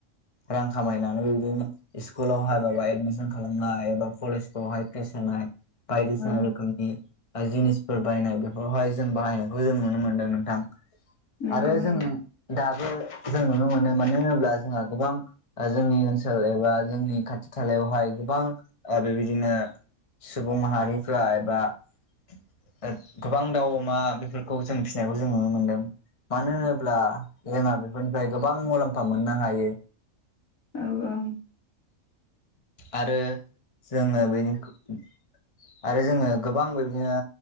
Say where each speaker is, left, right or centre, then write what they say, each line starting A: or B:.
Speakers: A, on the left (about 25°); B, on the left (about 70°).
A: रां खामायनानैबो बिदिनो स्कुलावहाय माबा एदमिसन खालामनाय एबा कलेजखौावहाय फिस होनाय बायदिसिना
B: औ
A: रोखोमनि जिनिसफोर बायनाय बोवहाय जों बाहायनायखौ जों नुनो मोनदों नोंथां
B: नंगौ
A: आरो
B: नोंथां
A: जों दाबो जों नुनो मोनो मानो होनोब्ला जोंहा गोबां ओ जोंनि ओनसोल एबा जोंनि खाथि खालायावहाय गोबां ओ बेबायदिनो सुबुं माहारिफ्रा एबा <unintelligible> गोबां दाउ अमा बेफोरखौ जों फिसिनायखौ जों नुनो मोनदों। मानो होनोब्ला जोंहा बेफोरनिफ्राय गोबां मुलाम्फा मोननो हायो।
B: औ औ
A: आरो जोङो बेनिखुय आरो जोङो गोबां बिबदिनो